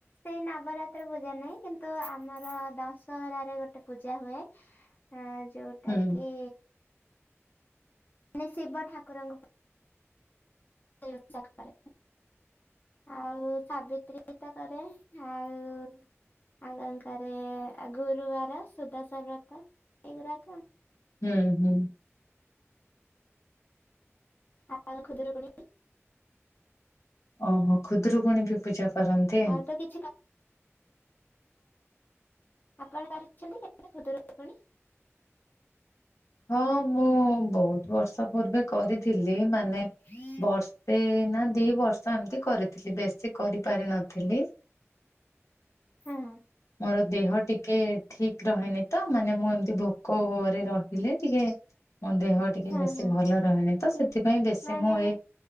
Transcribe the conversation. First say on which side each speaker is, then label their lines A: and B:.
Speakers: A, on the left; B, on the left.
A: ସେଇ ନବରାତ୍ର ପୂଜା ନାହିଁ କିନ୍ତୁ ଆମର ଦଶହରାରେ ଗୋଟେ ପୂଜା ହୁଏ। ଆ ଯୋଉଟା
B: ହୁଁ
A: କି ମାନେ ଶିବ ଠାକୁରଙ୍କୁ <inaudible> ଆଉ ସାବିତ୍ରୀତ କରେ ଆଉ। ଆଉ ଙ୍କଣ କରେ ଗୁରୁବାର ସୁଦାଶ ବ୍ରତ ଏଇଗୁରାକ।
B: ହୁଁ ହୁଁ।
A: ଆଉ ଖୁଦରୁକୁଣି
B: ଓହୋ ଖୁଦୁରୁକୁୁଣୀ ବି ପୂଜା କରନ୍ତି?
A: ଆଉ ତ ହଁ ଆପଣ କରିଛନ୍ତି କେବେ ଖୁଦୁରୁକୁଣୀ।
B: ହଁ ମୁଁ ବହୁତ ବର୍ଷ ପୂର୍ବେ କରିଥିଲି ମାନେ।
A: <inaudible>
B: ବର୍ଷେ ନା ଦି ବର୍ଷ ଏମତି କରିଥିଲି ବେଶୀ କରିପାରି ନଥିଲି।
A: ହୁଁ
B: ମୋର ଦେହ ଟିକେ ଠିକ୍ ରହେନି ତ ମାନେ ମୁଁ ଏମତି ଭୋକରେ ରହିଲେ ଟିକେ ମୋ ଦେହ ଟିକେ
A: ହଁ
B: ବେଶୀ
A: ହଁ
B: ଭଲ ରହେନି ତ
A: କି
B: ସେଥିପାଇଁ ବେଶୀ
A: ମାନେ
B: ମୁଁ ଏଇ